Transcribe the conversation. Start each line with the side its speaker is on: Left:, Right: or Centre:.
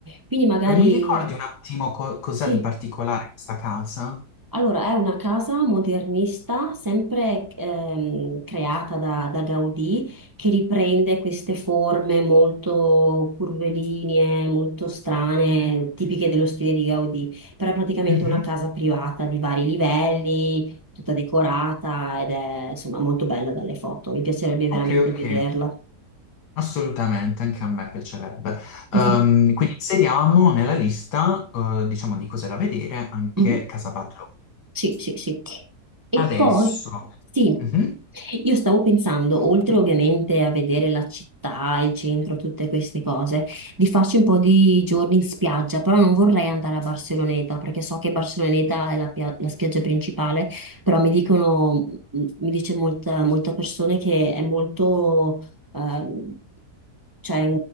Right: quindi magari
Left: Eh, Mi ricordi un attimo co- cos'ha
Right: sì.
Left: di particolare questa casa?
Right: Allora, è una casa modernista, sempre ehm, creata da, da Gaudì, che riprende queste forme molto curvilinee, molto strane, tipiche dello stile di Gaudì. Però è praticamente
Left: Mhm.
Right: una casa privata di vari livelli, tutta decorata ed è insomma molto bella dalle foto. Mi piacerebbe
Left: Ok,
Right: veramente
Left: ok,
Right: vederla.
Left: assolutamente, anche a me piacerebbe. Ehm,
Right: Mhm,
Left: quindi inseriamo nella lista, eh, diciamo, di cose da vedere anche
Right: mhm.
Left: Casabatlo.
Right: Sì, sì, sì. E
Left: Adesso.
Right: poi, sì,
Left: Mhm.
Right: io stavo pensando, oltre ovviamente a vedere la città, il centro, tutte queste cose, di farci un po' di giorni in spiaggia, però non vorrei andare a Barceloneta, perché so che Barceloneta è la, pia- la spiaggia principale, però mi dicono, mi dice molta, molta persone che è molto... ehm, cioè